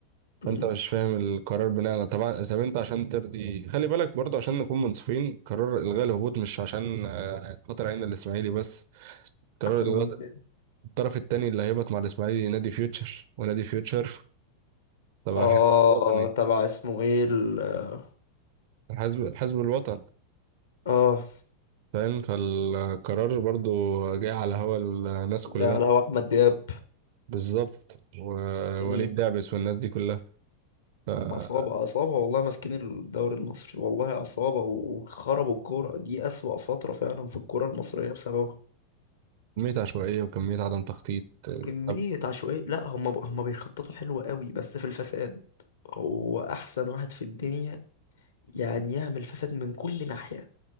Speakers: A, on the left (about 65°); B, on the right (about 50°).
A: مم.
B: فانت مش فاهم القرار بناء على طبعا طب انت عشان ترضي خلي بالك برضو عشان نكون منصفين قرار الغاء الهبوط مش عشان آه، خاطر عين الاسماعيلي بس قرار
A: عشان
B: الغاء
A: مين تاني
B: الطرف الثاني اللي هيهبط مع الاسماعيلي نادي فيوتشر ونادي فيوتشر طبعا
A: اه
B: الحزب الوطني
A: تبع اسمه ايه ال-
B: الحزب حزب الوطن
A: اه
B: فاهم فالقرار برضو جاي على هوا الناس
A: ده
B: كلها
A: على هو احمد دياب
B: بالظبط ووليد
A: مم.
B: دعبس والناس دي كلها فكمية
A: عصابة عصابة والله ماسكين الدوري المصري والله عصابة و- وخربوا الكورة دي أسوأ فترة فعلا في الكورة المصرية بسببها
B: عشوائية وكمية عدم تخطيط آه،
A: كمية عشوائية لا هم ب... هم بيخططوا حلو قوي بس في الفساد هو أحسن واحد في الدنيا يعني يعمل فساد من كل ناحية